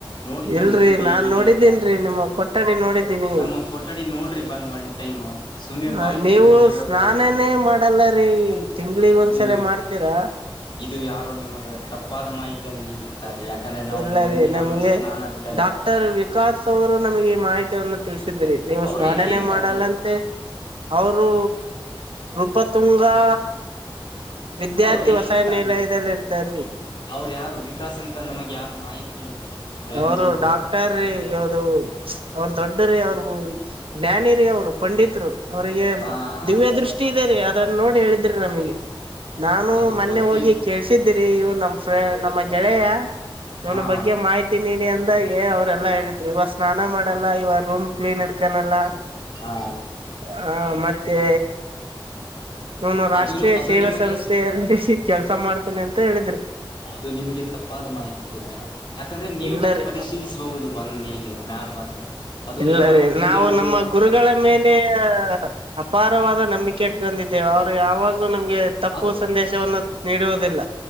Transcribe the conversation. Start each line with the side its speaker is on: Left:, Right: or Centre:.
Left: ನೋಡಿ
Right: ಇಲ್ರರಿ
Left: ನಮ ರೂಮ್ ಹೇಗಿದೆ
Right: ನಾನ್ ನೋಡಿದ್ದೇನ್ರಿ
Left: ಅಂತ
Right: ನಿಮ್ಮ ಕೊಠಡಿ ನೋಡಿದ್ದೀನಿ
Left: ನಮ್ಮ ಕೊಠಡಿ ನೋಡ್ರಿ ಬಂದ್ ಒಂಟ ನೀನು ಸುಮ್ಮನೆ
Right: ಹ
Left: ಬಾಯಿಗೆ
Right: ನೀವು
Left: ಬಂದಂಗ ಹೇಳೋದಲ್ರರಿ
Right: ಸ್ನಾನನೇ ಮಾಡಲ್ಲ ರೀ ತಿಂಗಳಿಗ್ ಒಂದ್ಸಲ
Left: ಇದು
Right: ಮಾಡ್ತೀರಾ
Left: ಇದು ಯಾರು ನಿಮಗ ತಪ್ಪಾದ ಮಾಹಿತ ಅ ನೀ ಸ ಯಾಕಂದ್ರೆ ನಾವು
Right: ಇಲ್ಲರಿ
Left: ಒಂದ್ನಾನು
Right: ನಮ್ಗೆ
Left: ಸ್ನಾನ ಬಿಡಲ್ಲ
Right: ಡಾಕ್ಟರ್ ವಿಕಾಸ್ ಅವರು ನಮಗೆ ಮಾಹಿತಿಯನ್ನು ನೀವು
Left: ಅವ್ರು
Right: ಸ್ನಾನಾನೇ
Left: ಎಲ್ಲಿರ್ತಾರೀ
Right: ಮಾಡಲ್ಲ ಅಂತೆ ಅವರು ಪ ತುಂಗಾ ವಿದ್ಯಾರ್ಥಿ
Left: ಅವ್ರ ಎಲ್ಲಿರ್ತಾರೀ
Right: ವಸಾಯನ ಎಲ್ಲ ಇದದಲ್ಲಿ ಇರ್ತಾರರಿ
Left: ಅವ್ರ ಯಾರು ವಿಕಾಸ್ ಅಂತ ನಮಗ್ ಯಾರು ಮಾಹಿತಿ ಇಲ್ರಿ ಅವ್ರು
Right: ಅವರು
Left: ಎಂತವ್ರು
Right: ಡಾಕ್ಟರ ಯಾಾವ್ದ ಅವ್ರ ದೊಡ್ಡ್ರೀ ಅವ್ರು ಜ್ಞಾನಿ ರೀ ಅವ್ರು ಪಂಡಿತ್ರು ಅವ್ರಿಗೆ
Left: ಹ
Right: ದಿವ್ಯ ದೃಷ್ಟಿ ಇದೆ ರರಿ ಅದನ್ನ ನೋಡಿ ಹೇಳಿದ್ರಿ ನಮಗೆ ನಾನು
Left: ಅದು
Right: ಮೊನ್ನೆ
Left: ಗೊತ್ತಿಲ್ಲ
Right: ಹೋಗಿ ಕೇಳ್ಸಿದ್ದೀರಿ ಇವು ನಮ್ಮ್ ನಮ್ಮ ಗೆಳೆಯ ಅವನ
Left: ಹಾ
Right: ಬಗ್ಗೆ ಮಾಹಿತಿ ತಿ ನೀಡಿ ಅಂದಾಗೆ ಅವರೆಲ್ಲಾ ಹೇಳಿದ್ರು ಇವಾಗ ಸ್ನಾನ ಮಾಡಲ್ಲ ಇವಾಗ ರೂಮ್ ಕ್ಲೀನ್ ಇರ್ಕಾನಲ್ಲ
Left: ಹಾ
Right: ಹ ಮತ್ತೆ ನಾನ ರಾಷ್ಟ್ರೀಯ
Left: ಅದು ಅದು
Right: ಸೇವಾ
Left: ನಿಮಗೆ
Right: ಸಂಸ್ಥೆಯಲ್ಲಿ ಕೆಲ್ಸ ಮಾಡ್ತೇನೆ ಅಂತ ಹೇಳಿದ್ರಿ
Left: ಅದು ನಿಮಗೆ ತಪ್ಪ ಮಾಹಿತಿ ಕೊಟ್ಟಿದ್ದ ಯಾಕಂದ್ರೆ ನೀವು
Right: ಇಲ್ಲರಿ
Left: ಬಂದು ಪರಿಶೀಲಿಸಬಹುದು ಬಂದ್ ಮೇಗೆ ಮ್ಯಾಲ ಬಂದು ಅದು
Right: ಇಲ್ಲ
Left: ಯಾರೋ
Right: ರೀ
Left: ಬೇರೆಯವರು
Right: ನಾವು ನಮ್ಮ ಗುರುಗಳ ಮೇಲೆ ಅಪಾರವಾದ ನಂಬಿಕೆ ಇಟ್ಕೊಂಡಿದ್ದೇವೆ ಅವ್ರು ಯಾವಾಗ್ಲೂ ನಮಗೆ ತಪ್ಪು
Left: ಅದು
Right: ಸಂದೇಶವನ್ನು ನೀಡುವುದಿಲ್ಲ